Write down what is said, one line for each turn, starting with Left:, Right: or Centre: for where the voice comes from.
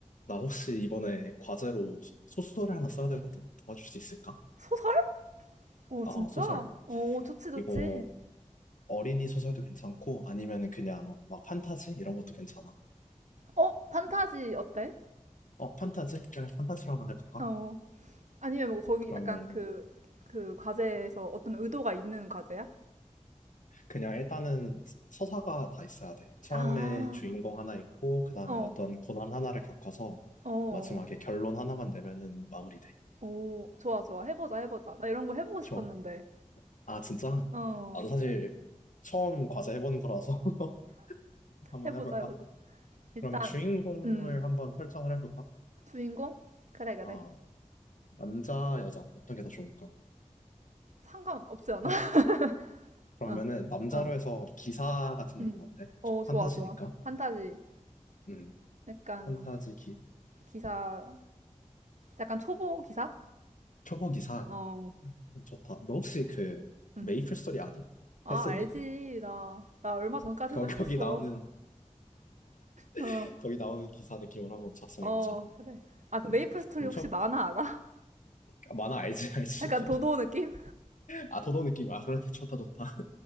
Left: 나 혹시 이번에 과제로 소설을 하나 써야 되거든? 도와줄 수 있을까?
Right: 소설? 오,
Left: 어,
Right: 진짜?
Left: 소설.
Right: 오, 좋지, 좋지.
Left: 이거 어린이 소설도 괜찮고, 아니면 그냥 막 판타지? 이런 것도 괜찮아.
Right: 어, 판타지 어때?
Left: 어, 판타지? 그냥 판타지로 한번 해볼까?
Right: 어. 아니면 뭐 거기
Left: 그러면
Right: 약간 그, 그 과제에서 어떤 의도가 있는 과제야?
Left: 그냥 일단은 서사가 다 있어야 돼. 처음에
Right: 아.
Left: 주인공 하나 있고, 그 다음에
Right: 어,
Left: 어떤 고난 하나를 겪어서
Right: 어.
Left: 마지막에 결론 하나만 내면은 마무리돼.
Right: 오, 좋아, 좋아. 해보자, 해보자. 나 이런 거 해보고
Left: 좋아.
Right: 싶었는데.
Left: 아, 진짜?
Right: 어,
Left: 나도 사실 처음 과제 해보는 거라서 <laughs> 한번
Right: 해보자,
Left: 해볼까?
Right: 해보자. 일단,
Left: 그러면 주인공을
Right: 음,
Left: 한번 설정을 해볼까?
Right: 주인공? 그래, 그래.
Left: 아, 남자, 여자, 어떤 게 더 좋을까?
Right: 상관없지 않아?
Left: 하-
Right: <laughs>
Left: 그러면은,
Right: 어,
Left: 남자로
Right: 어,
Left: 해서 기사 같은
Right: 음.
Left: 느낌 어때?
Right: 어, 좋아,
Left: 판타지니까.
Right: 좋아. 판타지.
Left: 음,
Right: 약간,
Left: 판타지 기,
Right: 기사, 약간 초보 기사?
Left: 초보 기사.
Right: 어.
Left: 음, 좋다. 너 혹시 그,
Right: 음.
Left: 메이플 스토리 아니?
Right: 아,
Left: 했었니?
Right: 알지. 나, 나 얼마
Left: <laughs>
Right: 전까지도
Left: 거, 거기
Right: 했었어.
Left: 나오는,
Right: 어,
Left: <laughs> 거기 나오는 기사 느낌으로 한번 작성해보자.
Right: 어, 그래. 아, 그
Left: 음,
Right: 메이플 스토리
Left: 엄
Right: 혹시 만화 알아?
Left: 아 만화 알지,
Right: <laughs>
Left: 알지.
Right: 약간
Left: <laughs>
Right: 도도 느낌?
Left: 아, 도도 느낌. 아, 그런데 좋다, 좋다.